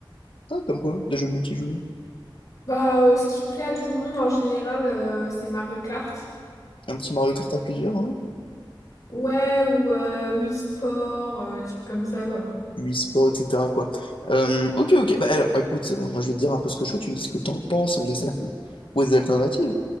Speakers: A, on the left (about 75°); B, on the left (about 40°).
A: Ah, comme quoi? Des jeux multijoueurs.
B: Bah euh, ce qui plaît à tout le monde en général, euh, c'est Mario Kart.
A: Un petit Mario Kart à plusieurs, ouais.
B: Ouais, ou euh, Wii Sport, euh, des trucs comme ça, quoi.
A: e-sport, etc., quoi. Euh, ok, ok. Bah, alors, écoute, euh, moi, je vais te dire un peu ce que je fais. Tu me dis ce que t'en penses. On essaie de trouver des alternatives.